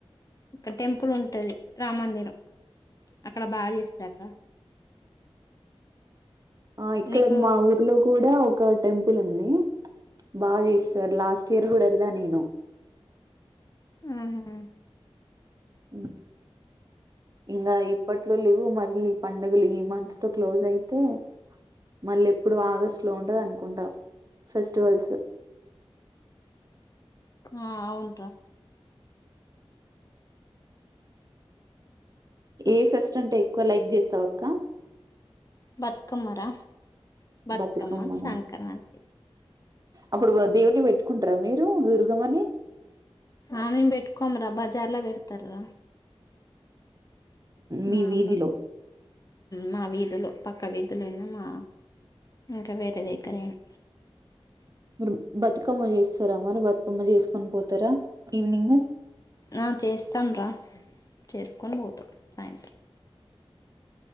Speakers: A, on the left; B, on the right.
A: ఒక టెంపుల్ ఉంటది రామమందిరం అక్కడ బాగా చేస్తారూ రా
B: ఆ ఇక్కడ
A: నీకు
B: మా ఊర్లో కూడా ఒక టెంపుల్ ఉంది బాగా చేస్తారు లాస్ట్ ఇయర్ కూడా వెళ్ళా నేను
A: ఆహా
B: ఉ ఇంకా ఇప్పట్లో లేవు మళ్ళీ ఈ పండుగలు ఈ మంత్ తో క్లోజ్ అయితే మళ్ళీ ఎప్పుడు ఆగస్ట్ లో ఉంటది అనుకుంట ఫెస్టివల్స్
A: ఆ అవునురా
B: ఏ ఫెస్ట్ అంటే ఎక్కువ లైక్ చేస్తావాక్క
A: బతుకమ్మరా బతుకమ్మ
B: బతుకమ్మనా
A: సంక్రాంతి
B: అప్పుడు దేవుని పెట్టుకుంటారా మీరు దుర్గంమని
A: ఆ పెట్కోమరా బజార్లా పెడతారూ రా
B: మీ
A: మా
B: వీధిలో
A: బస్ మావి లు పక్క వీధులనా మా ఇంకా వేరే దగ్గరయినా
B: మీరు బతుకమ్మ చేస్తారా మరి బతుకమ్మ చేసుకొని పోతారా ఈవినింగ్
A: ఆ చేస్తాము రా చేసుకొని పోతాం సాయంత్రం